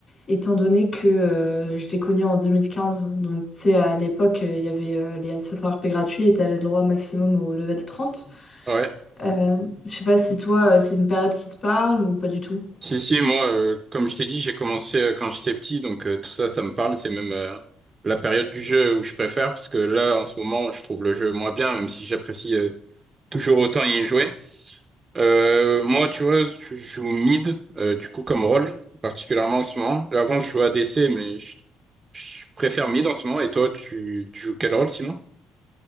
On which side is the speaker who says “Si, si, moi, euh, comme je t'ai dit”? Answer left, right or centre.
Right